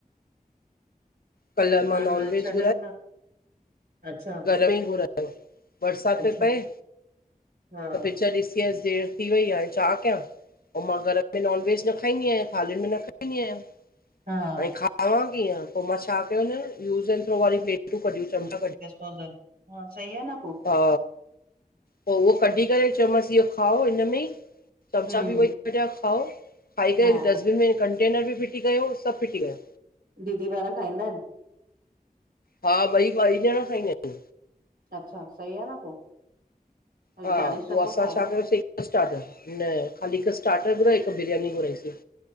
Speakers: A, on the left; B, on the right.
A: कल्ह मां
B: हान
A: नॉनवेज
B: हाणे छॾनि था, अच्छा
A: रईं घुरायो, बरसाति
B: अच्छा,
A: पी पए,
B: हा,
A: त पिक्चर ॾिस् चईं, देरि थी वई आहे, छा कियां? पोइ मां घर में नॉन-वेज न खाईंदी आहियां, थालियुनि में बि न खाईंदी आहियां।
B: हा।
A: पोइ खावां कीअं, पोइ मां छा कयमि, यूज़ ऐं थ्रो वारी प्लेटूं कढियूं थमि।
B: डिस्पोजल, हा सही आहे न पो।
A: हा पो उहो कढी करे चयो मांसि, इहो खाओ हिन में ई। चमिचा
B: हम्म,
A: बि वही कढिया खाओ, खाई करे
B: हा
A: डस्टबिन में कंटेनर बि फिटी कयो, सभु फिटी कयो।
B: दीदी वारा खाईंदा आहिनि?
A: हा ॿई, ॿई ॼणा खाईंदा आहिनि।
B: अच्छा, सही आहे न पो। हाली
A: हा,
B: दानिश
A: पो
B: नथो
A: असां
B: खाए
A: छा
B: न?
A: कयोसीं स्टार्टर न, हाली हिक स्टार्टर घुराई, हिक बिरयानी घुराईसीं।